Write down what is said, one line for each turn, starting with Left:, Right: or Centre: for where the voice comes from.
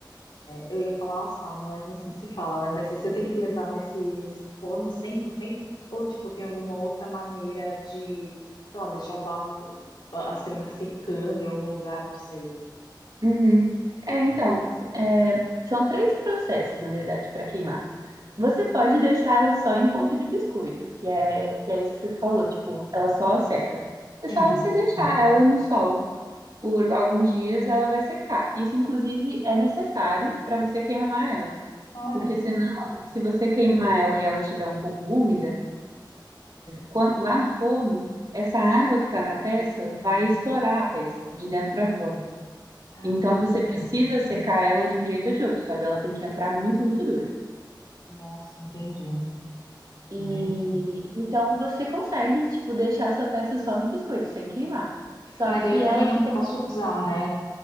Left: eu ia falar assar, não é assim que se fala, né? Mas você tem que levar nesse, nesse forno cem por cento Ou, tipo, tem alguma outra maneira de, sei lá, deixar o barro, a a cerâmica secando em algum lugar, não sei.
Right: Uhum. É, então, é, são três processos, na verdade, para queimar. Você pode deixar ela só em ponto de biscoito, que é, que é isso que você falou, tipo, ela só seca. É só
Left: Uhum.
Right: você deixar ela no sol por alguns dias, ela vai secar. Isso, inclusive, é necessário para você queimar ela.
Left: Olha.
Right: Porque senão, se você queimar ela e ela estiver um pouco úmida, quan- lá no forno, essa água que está na peça vai estourar a peça de dentro para fora.
Left: Ah,
Right: Então você precisa secar ela de um jeito ou de outro, sabe? Ela tem que entrar muito, muito dura.
Left: nossa, entendi.
Right: E
Left: Entendi.
Right: então você consegue, tipo, deixar a sua peça só no biscoito, sem queimar. Só
Left: Mas
Right: que
Left: aí eu também
Right: ela
Left: não
Right: fica
Left: posso
Right: muito
Left: usar, né?